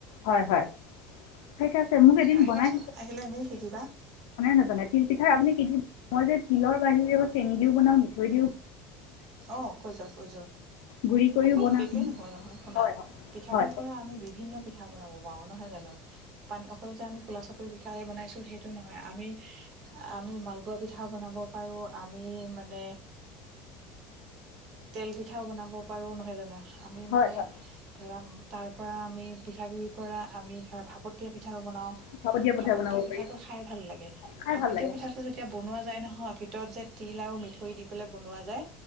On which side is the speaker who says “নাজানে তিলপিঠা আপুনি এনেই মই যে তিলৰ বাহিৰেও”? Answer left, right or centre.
Left